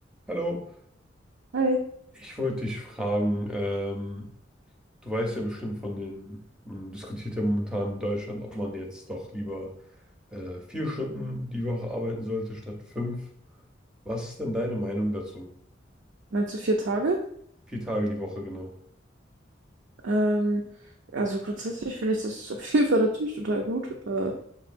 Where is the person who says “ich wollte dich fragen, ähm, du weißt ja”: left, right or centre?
Centre